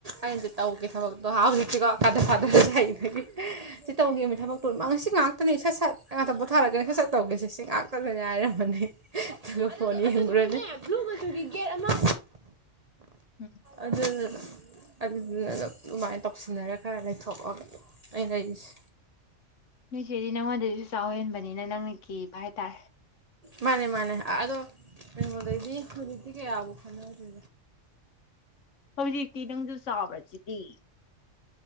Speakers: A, on the right; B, on the left.
A: ꯑꯩꯅ ꯇꯧꯒꯤ ꯊꯕꯛꯇꯣ ꯑꯍꯧꯖꯤꯛꯇꯤꯀꯣ ꯀꯗꯔ ꯐꯗꯔꯁꯦ ꯍꯩꯕꯒꯤ ꯁꯤ ꯇꯧꯒꯦꯃꯤ ꯊꯕꯛꯇꯣ ꯁꯤ ꯉꯥꯡ ꯁꯠ ꯁꯠ ꯉꯥꯛꯇ ꯄꯣꯊꯥꯔꯒ ꯁꯠꯁꯠ ꯇꯧꯒꯦꯁꯦꯁꯤ ꯉꯥꯛꯇꯗꯅꯤ ꯍꯥꯏꯔꯝ ꯃꯅꯤ ꯑꯗꯨꯒ ꯕꯣꯜ ꯌꯦꯡꯉꯨꯔꯅꯤ ꯕ꯭ꯂꯨ ꯃꯆꯨꯒꯤ ꯒꯦꯠ ꯑꯃ
B: ꯎꯝ
A: ꯑꯗꯨꯅ ꯑꯗꯨꯗꯨꯅ ꯑꯗꯨꯃꯥꯏꯅ ꯇꯧꯁꯤꯟꯅꯔꯒ ꯈꯔ ꯂꯩꯊꯣꯛꯑꯒ ꯑꯩ ꯂꯩꯔꯤꯁꯦ
B: ꯅꯣꯏ ꯆꯦꯗꯤ ꯅꯪꯉꯣꯟꯗꯩꯁꯨ ꯆꯥꯎ ꯍꯦꯟꯕꯅꯤꯅ ꯅꯪꯅ ꯀꯤꯕ ꯍꯥꯏꯇꯥꯔꯦ
A: ꯃꯥꯅꯦ ꯃꯥꯅꯦ ꯑꯗꯣ ꯀꯩꯅꯣꯗꯩꯗꯤ ꯍꯧꯖꯤꯛꯇꯤ ꯀꯌꯥꯕꯨꯧ ꯈꯠꯅꯗ꯭ꯔꯦ
B: ꯍꯧꯖꯤꯛꯇꯤ ꯅꯪꯁꯨ ꯆꯥꯎꯔꯁꯤꯗꯤ